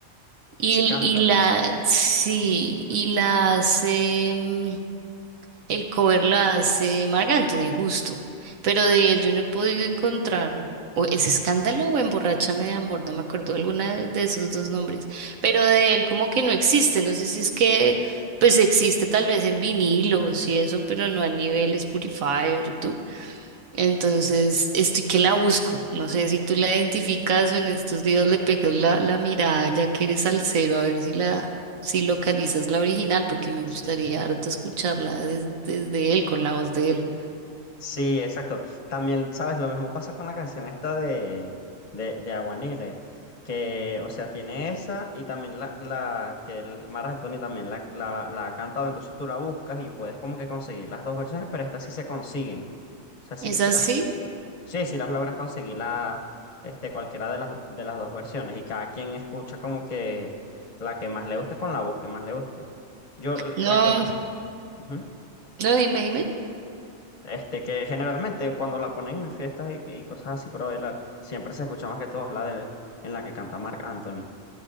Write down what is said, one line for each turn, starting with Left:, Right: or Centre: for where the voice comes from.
Right: Y,
Left: Escándalo.
Right: y la, sí, y la hace, mm, el cover la hace Marc Anthony, justo. Pero de él yo no he podido encontrar. O es Escándalo o Emborráchame de Amor, no me acuerdo alguna de de esos dos nombres. Pero de él como que no existe. No sé si es que, pues existe tal vez en vinilos y eso, pero no a nivel Spotify o YouTube. Entonces, estoy que la busco. No sé si tú la identificas o en estos días le pegas la, la mirada ya que eres salsero, a ver si la, si localizas la original, porque me gustaría
Left: Sí.
Right: harto escucharla des- desde él, con la voz de él.
Left: Sí, exacto. También, ¿sabes? Lo mismo pasa con la canción esta de, de, de Aguanile, que, o sea, tiene esa y también la, la que el Mar Anthony también la, la, la ha cantado, entonces tú la buscas y puedes como que conseguir las dos versiones, pero estas sí se consiguen. O sea, si,
Right: ¿Es
Left: si
Right: así?
Left: las, lo- sí, sí, si las logras conseguir la, este, cualquiera de las, de las dos versiones y cada quien escucha como que la que más le guste con la voz que más le guste. Yo la
Right: No,
Left: que más... ujú.
Right: no, dime, dime.
Left: Este, que generalmente cuando la ponen en fiestas y, y cosas así para bailar, siempre se escucha más que todo la de en la que canta Marc Anthony.